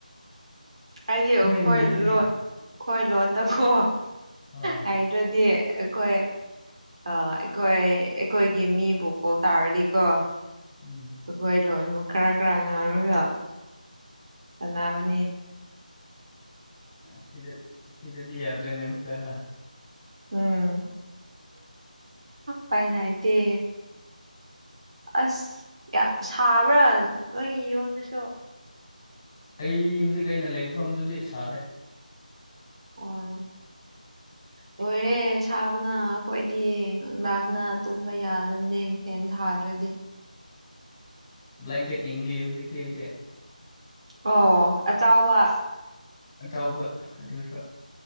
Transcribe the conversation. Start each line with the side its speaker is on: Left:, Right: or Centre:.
Right: ꯍꯥꯏꯗꯤ ꯑꯩꯈꯣꯏ
Left: ꯍꯩ
Right: ꯂꯣꯟ ꯑꯩꯈꯣꯏ ꯂꯣꯟꯗꯀꯣ
Left: ꯍꯣꯏ
Right: ꯍꯥꯏꯗ꯭ꯔꯗꯤ ꯑꯩꯈꯣꯏ ꯑꯥ ꯑꯩꯈꯣꯏ ꯑꯩꯈꯣꯏꯒꯤ ꯃꯤꯕꯨ ꯀꯣꯜ ꯇꯧꯔꯗꯤꯀꯣ
Left: ꯎꯝ
Right: ꯑꯈꯣꯏ ꯂꯣꯟꯕꯨ ꯈꯔ ꯈꯔ ꯉꯥꯡꯉꯔꯣꯏꯗꯣ ꯁꯥꯟꯅꯕꯅꯤ
Left: ꯁꯤꯗ ꯁꯤꯗꯗꯤ ꯌꯥꯗ꯭ꯔꯦꯅꯦ ꯑꯃꯨꯛ ꯀꯥ
Right: ꯎꯝ ꯐꯥꯏꯅꯗꯦ ꯑꯁ ꯌꯥꯝ ꯁꯥꯕ꯭ꯔꯥ ꯅꯣꯏ ꯌꯨꯝꯗꯁꯨ
Left: ꯑꯩ ꯍꯧꯖꯤꯛ ꯑꯩꯅ ꯂꯩꯕꯐꯝꯗꯨꯗꯤ ꯁꯥꯗꯦ
Right: ꯑꯣ
Left: <inaudible>
Right: ꯂꯣꯏꯔꯦ ꯁꯥꯕꯅ ꯑꯩꯈꯣꯏꯗꯤ ꯅꯨꯡꯗꯥꯡꯗ ꯇꯨꯝꯕ ꯌꯥꯗꯕꯅꯦ ꯐꯦꯟ ꯊꯥꯗ꯭ꯔꯗ ꯗꯤ
Left: ꯕ꯭ꯂꯥꯟꯀꯦꯠ ꯏꯪꯂꯤ ꯍꯧꯖꯤꯛꯇꯤ ꯑꯩꯗꯤ
Right: ꯑꯣ ꯑꯆꯧꯕ
Left: ꯆꯥꯎꯕ ꯑꯗꯨꯁꯨ <inaudible>